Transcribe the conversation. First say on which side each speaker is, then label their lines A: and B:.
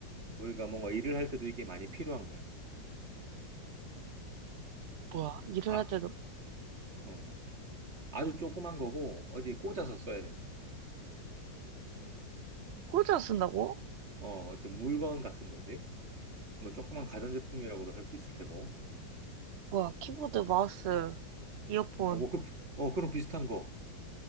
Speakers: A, on the right; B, on the right.
A: 우리가 뭔가 일을 할 때도 이게 많이 필요한 거야.
B: 뭐야, 일을
A: 아,
B: 할 때도
A: 음. 아주 조그만 거고 어디에 꽂아서 써야 되는
B: 꽂아 쓴다고?
A: 어, 어떤 물건 같은 거지. 뭐 조그만 가전제품이라고도 할 수 있을 테고.
B: 뭐야, 키보드, 마우스, 이어폰,
A: 어, 뭐 그, 어, 그런 비슷한 거.